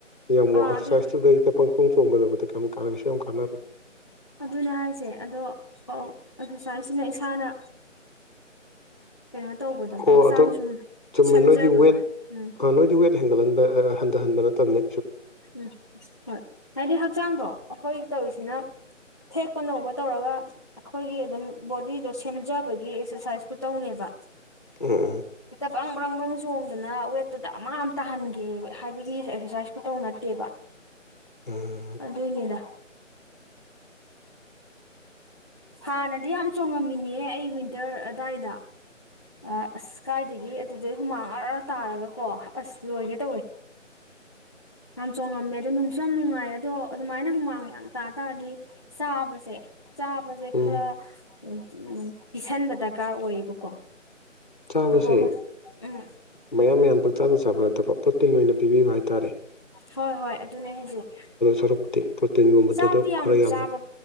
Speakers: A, on the left (about 40°); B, on the left (about 20°).
A: ꯌꯥꯝ
B: ꯑꯥ
A: ꯑꯦꯛꯁꯔꯁꯥꯏꯁꯇꯗꯩ
B: ꯑꯗꯨꯅꯦ
A: ꯈꯣꯡ ꯆꯣꯡꯕꯗꯕꯗ ꯀꯩꯝꯛ ꯀꯥꯟꯅꯒꯁꯨ ꯌꯥꯝ ꯀꯥꯟꯅꯔꯣꯏ
B: ꯑꯗꯨꯅꯦ ꯍꯥꯏꯁꯦ ꯑꯗꯣ ꯑꯦꯛꯁꯔꯁꯥꯏꯁꯤꯅ ꯏꯁꯥꯅ ꯀꯩꯅꯣ ꯇꯧꯕꯗꯣ
A: ꯑꯣ
B: ꯍꯛꯆꯥꯡ
A: ꯑꯗꯨꯣ
B: ꯁꯨꯝ
A: ꯆꯨꯝꯃꯦ
B: ꯁꯦꯝꯖꯕꯗꯣ
A: ꯅꯣꯏꯗꯤ ꯋꯦꯠ
B: ꯎꯝ
A: ꯅꯣꯏꯗꯤ ꯋꯦꯠ ꯍꯦꯟꯒꯠꯍꯟꯕ ꯍꯟꯊꯍꯟꯕ ꯅꯠꯇꯕꯅꯤ
B: ꯎꯝ ꯍꯣꯏ ꯍꯥꯏꯗꯤ ꯍꯛꯆꯥꯡꯗꯣ ꯑꯩꯈꯣꯏ ꯇꯧꯔꯤꯁꯤꯅ ꯊꯦꯛꯄ ꯅꯧꯕ ꯇꯧꯔꯒ ꯑꯩꯈꯣꯏꯒꯤ ꯑꯗꯨꯝ ꯕꯣꯗꯤꯗꯣ ꯁꯦꯝꯖꯕꯒꯤ ꯑꯦꯛꯁꯔꯁꯥꯏꯁꯀꯨ ꯇꯧꯅꯦꯕ
A: ꯎꯝ ꯎꯝ
B: ꯕ꯭ꯔꯪ ꯕ꯭ꯔꯪ ꯕ꯭ꯔꯪ ꯆꯣꯡꯗꯅ ꯋꯦꯠꯇꯨꯗ ꯑꯃ ꯑꯃ ꯇꯥꯍꯟꯒꯦ ꯍꯥꯏꯕꯒꯤ ꯑꯦꯛꯁꯔꯁꯥꯏꯁꯀꯨ ꯇꯧꯅ ꯗꯦꯕ
A: ꯎꯝ
B: ꯑꯗꯨ ꯑꯗꯨ ꯏꯅꯦꯗ ꯍꯥꯟꯅꯗꯤ ꯌꯥꯝ ꯆꯣꯡꯉꯝꯃꯤꯅꯦꯍ ꯑꯩ ꯋꯤꯟꯇꯔ ꯑꯗꯨꯗꯥꯏꯗ ꯑꯁ ꯀꯥꯏꯗꯒꯤ ꯑꯗꯨꯗꯩ ꯍꯨꯃꯥꯡ ꯉꯥꯛ ꯇꯥꯔꯒꯀꯣ ꯑꯁ ꯂꯣꯏꯒꯦ ꯇꯧꯋꯦ ꯌꯥꯝ ꯆꯣꯡꯉꯝꯃꯦ ꯑꯗꯣ ꯅꯨꯡꯁꯨ ꯌꯥꯝ ꯅꯨꯡꯉꯥꯏ ꯑꯗꯣ ꯑꯗꯨꯃꯥꯏꯅ ꯍꯨꯃꯥꯡ ꯌꯥꯝ ꯇꯥꯇꯥꯥꯔꯗꯤ ꯆꯥꯕꯁꯦ ꯆꯥ ꯃꯖꯦ
A: ꯎꯝ
B: ꯈꯔ ꯎ ꯄꯤꯁꯟꯕ ꯗꯔꯀꯥꯔ ꯑꯣꯏꯌꯦꯕꯀꯣ
A: ꯆꯥꯕꯁꯦ
B: ꯑꯗꯨꯒ ꯎꯝ
A: ꯃꯌꯥꯝ ꯃꯌꯥꯝ ꯄꯛꯆꯥꯗ ꯆꯥꯕ ꯅꯠꯇꯕ ꯄ꯭ꯔꯣꯇꯤꯟ ꯑꯣꯏꯅ ꯄꯤꯕꯤꯕ ꯍꯥꯏ ꯇꯥꯔꯦ
B: ꯍꯣꯏ ꯍꯣꯏ ꯑꯗꯨꯅꯦ ꯍꯧꯖꯤꯛ
A: ꯁꯔꯨꯛꯄꯨꯗꯤ ꯄ꯭ꯔꯣꯇꯤꯟꯒꯨꯝꯕꯗꯨꯗ
B: ꯆꯥꯛꯗꯤꯤ ꯌꯥꯝ
A: ꯈꯔ ꯌꯥꯝꯅ
B: ꯆꯥꯕ